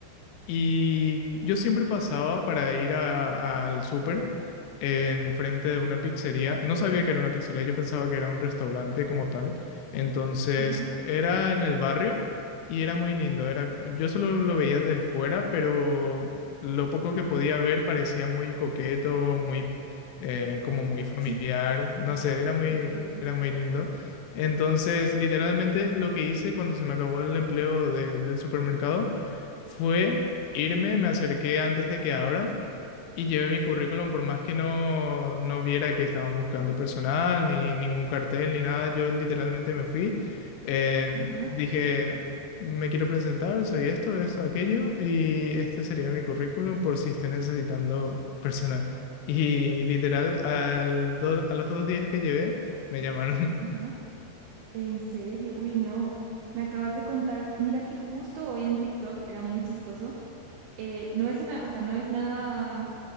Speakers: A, on the left; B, on the right.
A: y yo siempre pasaba para ir a- al súper enfrente de una pizzería. No sabía que era una pizzería, yo pensaba que era un restaurante como tal. Entonces
B: ajá,
A: era en el barrio y era muy lindo. Era, yo solo lo veía de fuera, pero lo poco que podía ver parecía muy coqueto, muy eh, como muy
B: oh,
A: familiar.
B: chiqui,
A: No sé, era muy,
B: ok,
A: era muy lindo. Entonces, literalmente lo que hice cuando se me acabó el empleo de- del supermercado fue irme, me acerqué antes de que abran y llevé mi currículum, por más que no, no viera que estaban buscando personal, ni ningún cartel, ni nada, yo literalmente me fui. eh,
B: ajá,
A: dije, me quiero presentar, soy esto, esto, aquello, y este sería mi currículum por si esté necesitando personal. Y literal, al do- a los dos días que llevé, me llamaron.
B: ajá, en serio, uy, no, me acabas de contar, mira que justo hoy en TikTok era muy chistoso, eh, no es una, o sea, no es nada